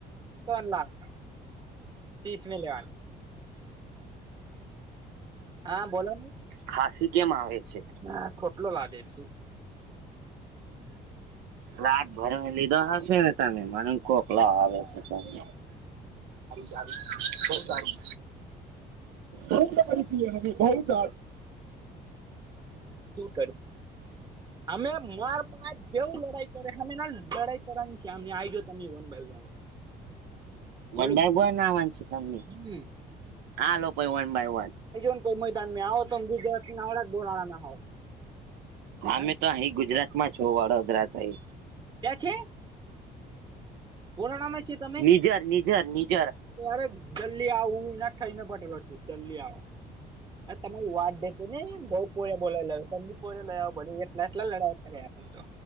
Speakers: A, on the right (about 25°); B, on the right (about 85°).
A: તો લાવ. ત્રીસ મિ લવાન. હા બોલો ને.
B: ખાસી કેમ આવે છે.
A: હા ખોટલો લદે શું.
B: રાત ભર લીધો હશે ને તમે મને કોકલા આવે. સારારું સારું બ સારું મ. બ બહુડ.
A: શું કરી અમે માર મા જેવું લડાઈ કરે અમે લડાઈ. છેમને આજ તમે વન બાય વન. બોલો
B: વંડા ગો ના વાનું છે તમને.
A: હમ
B: હા લોકોાઈ વન બાય વન.
A: એજ કોઈ મૈદાનમાં આવો તમે દીજ જ તડા બોલ હોો. હ
B: અમે તો અહી ગુજરાતમાં છો વડોદરા થઈ
A: ક્યાં છે. કોરા નામે છે તમે.
B: નિજર નિજર નિજર
A: અરે જલ્દી આવું એના થઈને બટેલો છે જલ્દી આવો. તમારી વાત દેસે ને એ બઉ પોળ્યા બોલાવી લાવ ત પોળ્યા લઈ આવો બો. પ્ટલા લડાતો આપ તો.